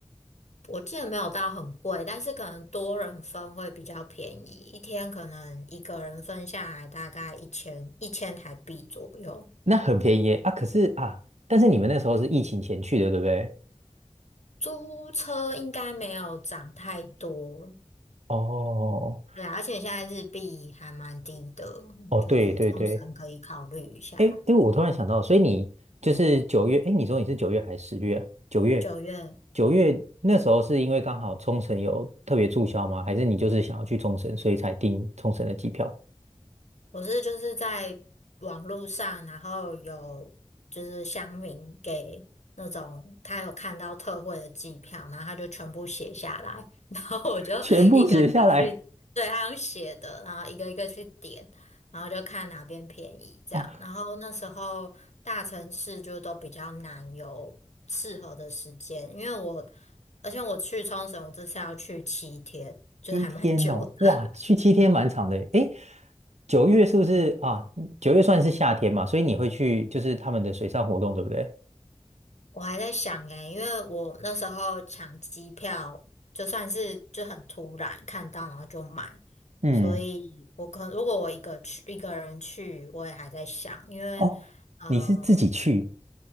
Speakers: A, on the left; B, on the right.
A: 我记得没有到很贵，但是可能多人分会比较便宜，一天可能一个人分下来大概一千一千台币左右。
B: 那很便宜耶啊，可是啊，但是你们那时候是疫情前去的，对不对？
A: 租车应该没有涨太多，
B: 哦，
A: 对啊而且现在日币还蛮低的，
B: 哦，
A: 就是冲绳可以考虑一下。
B: 对对对，哎哎，诶我突然想到，所以你就是九月，哎，你说你是九月还是十月啊？九月，
A: 九月。
B: 九月那时候是因为刚好冲绳有特别促销吗？还是你就是想要去冲绳，所以才订冲绳的机票？
A: 我是就是在网络上，然后有就是乡民给那种他有看到特惠的机票，然后他就全部写下来，<laughs> 然后我就一个一个去，
B: 全部写下来。
A: 对，他用写的，然后一个一个去点，然后就看哪边便宜这样。
B: 哦，
A: 然后那时候大城市就都比较难有适合的时间，因为我而且我去冲绳，我这次要去七天，就是还蛮久的。
B: 七天哦，哇，去七天蛮长的耶。哎，九月是不是啊？九月算是夏天嘛，所以你会去就是他们的水上活动，对不对？
A: 我还在想诶，因为我那时候抢机票，就算是就很突然看到，然后就买，
B: 嗯，
A: 所以我可如果我一个去一个人去，我也还在想，因为
B: 哦，
A: 呃，
B: 你是自己去？